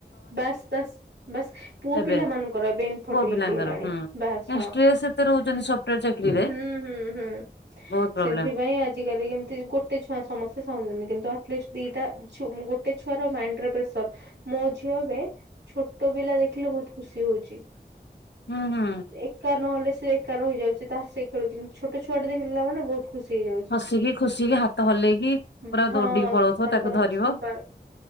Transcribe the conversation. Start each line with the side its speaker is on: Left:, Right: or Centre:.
Right: ବାସ୍ ବାସ୍ ବାସ୍ ପୁଅ
Left: ଏବେ
Right: ପିଲା ମାନଙ୍କର ଏବେ ଇନ୍ଫର୍ଟିଲିଟି
Left: ପୁଅ ପିଲାଙ୍କର
Right: ହେଲାଣିି।
Left: ହୁଁ।
Right: ବାସ
Left: ଏ ଷ୍ଟ୍ରେସ ଏତେ ରହୁଛନ୍ତି ସଫ୍ଟୱେର ଚାକିରିରେ
Right: ହଁ ହୁଁ ହୁଁ ହଁ।
Left: ବହୁତ ପ୍ରୋବ୍ଲେମ।
Right: ସେଥିପାଇଁ ଆଜିକାଲି କେମିତି ଗୋଟେ ଛୁଆ ସମସ୍ତେ ଚାହୁଁଛନ୍ତି କିନ୍ତୁ ଆଟଲିଷ୍ଟ ଦିଟା ଛୁମ୍ ଗୋଟେ ଛୁଆର ମାଇଣ୍ଡ ରେ ପ୍ରେସର ମୋ ଝୁ- ଅ ଏବେ ଛୋଟ ପିଲା ଦେଖିଲେ ବହୁତ ଖୁସି ହଉଛି।
Left: ହୁଁ ହୁଁ।
Right: ଏକା ନହେଲେ ସେ ଏକା ରହିଯାଉଛି ତାର ସେ ଖେଳୁଛି କିନ୍ତୁ ଛୋଟ ଛୁଆଟେ ଦେଖିଲା ମାନେ ବହୁତ୍ ଖୁ- ଖୁସି ହେଇଯାଉଛି
Left: ହସିକି ଖୁସିକି ହାତ ହଲେଇକି
Right: ହୁଁ
Left: ପୁରା
Right: ହଁ
Left: ଦୌଡିକି ପଳଉଥିବ
Right: ତାଙ୍କର
Left: ତାକୁ ଧରିବ।
Right: ସମ୍ବାଦ